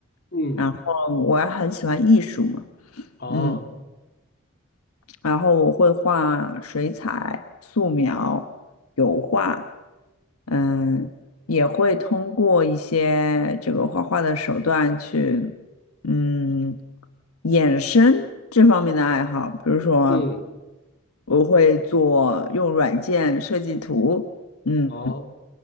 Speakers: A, on the left; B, on the left.
A: 嗯，
B: 然后我还很喜欢艺术嘛，
A: 哦，
B: 嗯。然后我会画水彩、素描、油画，嗯，也会通过一些这个画画的手段去，嗯，衍生这方面的爱好。比如说，
A: 嗯，
B: 我会做用软件设计图，嗯，
A: 哦，